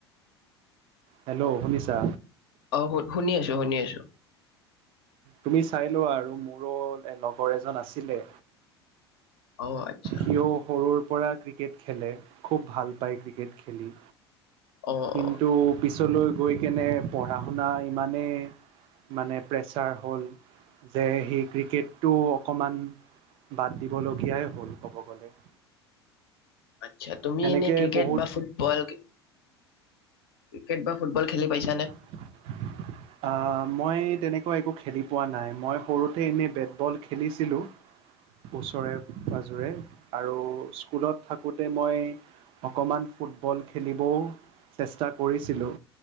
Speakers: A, on the right (about 40°); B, on the left (about 60°).
A: হেল্ল'! শুনিছা?
B: অ, শু শুনি আছো, শুনি আছো।
A: তুমি চাই লোৱা আৰু, মোৰো লগৰ এজন আছিলে।
B: অ, আতচ্ছা।
A: সিও সৰুৰ পৰা ক্ৰিকেট খেলে, খুব ভাল পায় ক্ৰিকেট খেলি।
B: অ।
A: কিন্তু,
B: অ',
A: পিছলৈ গৈ কেনে পঢ়া শুনা ইমানে মানে প্ৰেচাৰ হ'ল যে সেই ক্ৰিকেটটো অকণমান বাদ দিবলগীয়াই হ'ল, ক'ব গ'লে।
B: আতচ্ছা! তুমি
A: সেনেকৈ
B: এনেই ক্ৰিকেট
A: বহুত
B: বা ফুটবল ক্ৰিকেট বা ফুটবল খেলি পাইছা নে?
A: অ। মই তেনেকুৱা একো খেলি পোৱা নাই, মই সৰুতে এনেই বেটবল খেলিছিলোঁ। ওচৰে পাজোৰে, আৰু স্কুলত থাকোঁতে মই অকণমান ফুটবল খেলিবও চেষ্টা কৰিছিলোঁ।